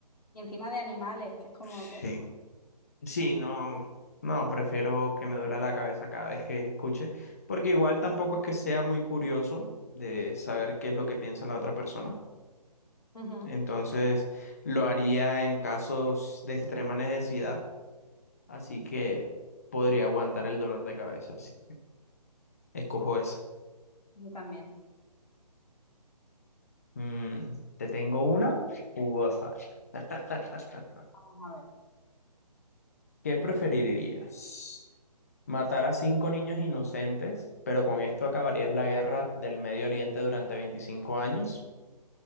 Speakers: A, on the left (about 70°); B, on the left (about 25°).
A: Y encima de animales, que es como
B: Sí.
A: que...
B: Sí, no. No, prefiero que me duela la cabeza cada vez que escuche. Porque igual tampoco es que sea muy curioso de saber qué es lo que piensa la otra persona.
A: Ujú,
B: Entonces, lo haría en casos de extrema necesidad. Así que podría aguantar el dolor de cabeza. sí. Escojo esa.
A: Yo también.
B: Mm, te tengo una jugosa. <laughs>
A: Vamos a ver.
B: ¿Qué preferirías? ¿Matar a cinco niños inocentes, pero con esto acabarías la guerra del Medio Oriente durante 25 años?